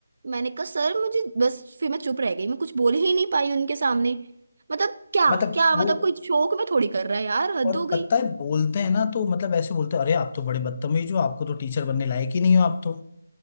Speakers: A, on the right; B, on the left.
A: मैंने कहा सर मुझे बस फिर मैं चुप रह गई मैं कुछ बोल ही नहीं पाई उनके सामने मतलब क्या
B: मतलब
A: क्या
B: वो
A: मतलब कोई शौक में थोड़ी कर रहा है यार हद
B: और
A: हो गई
B: पता है बोलते हैं ना तो मतलब ऐसे बोलते हैं अरे आप तो बड़े बदतमीज हो आपको तो टीचर बनने लायक ही नहीं हो आप तो